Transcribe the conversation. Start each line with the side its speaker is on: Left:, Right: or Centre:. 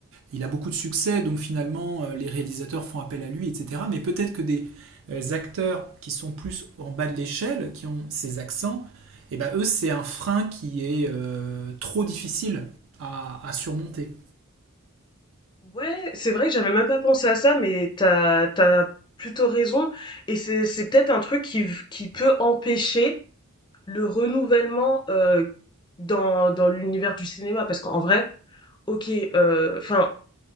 Right: il a beaucoup de succès, donc finalement euh, les réalisateurs font appel à lui, etc. Mais peut-être que des euh, acteurs qui sont plus en bas de l'échelle, qui ont ces accents, et ben eux c'est un frein qui est euh, trop difficile à, à surmonter.
Left: Ouais, c'est vrai que j'avais même pas pensé à ça, mais t'as, t'as plutôt raison. Et c'est, c'est peut-être un truc qui, v- qui peut empêcher le renouvellement euh, dans, dans l'univers du cinéma. Parce qu'en vrai, ok, enfin,